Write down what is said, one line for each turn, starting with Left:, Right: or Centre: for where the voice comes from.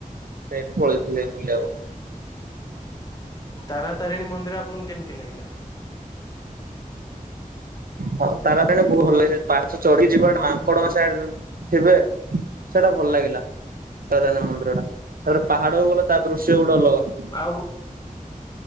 Right: ସେଇଠି ପଳେଇଥିଲେ ବୁଲିବାକୁ।
Left: ତାରାତାରିଣୀ ମନ୍ଦିର ଆପଣଙ୍କୁ କେମିତି ଲାଗିଲା?
Right: ହଁ ତାରାତାରିଣୀ ବହୁତ୍ ଭଲ ଲାଗିଲା ସେଉଠୁ ପାହାଚ ଚଢିକି ଯିବାଟା ମାଙ୍କଡ଼ ମାନେ ସାଇଟିରେ ଥିବେ ସେଇଟା ଭଲ ଲାଗିଲା। <unintelligible> ମୁନ୍ଦିରିଟା ତାପରେ ପାହାଡ଼କୁ ଗଲେ ତାଦୃଶ୍ୟଟା ଗୋଟେ ଅଲଗା।
Left: ଆଉ